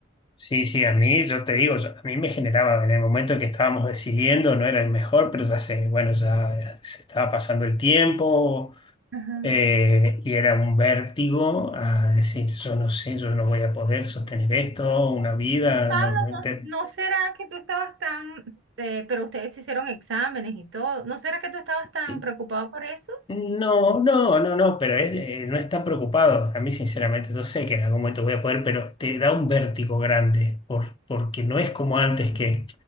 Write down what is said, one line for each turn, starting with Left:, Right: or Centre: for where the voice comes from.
Left: Sí, sí, sí, a mí, yo te digo, yo- a mí me generaba en el momento en que estábamos decidiendo, no era el mejor, pero ya sé, bueno, ya se estaba pasando el tiempo
Right: Ajá.
Left: eh, y era un vértigo a decir, yo no sé, yo no voy a poder sostener esto, una vida,
Right: Pablo,
Left: no, te-
Right: ¿no, no será que tú estabas tan, eh, pero ustedes hicieron exámenes y todo, ¿no será que tú estabas
Left: sí,
Right: tan preocupado por eso?
Left: No, no, no, no, pero es de- no están preocupados. A mí, sinceramente, yo sé que en algún momento voy a poder, pero te da un vértigo grande por, porque no es como antes que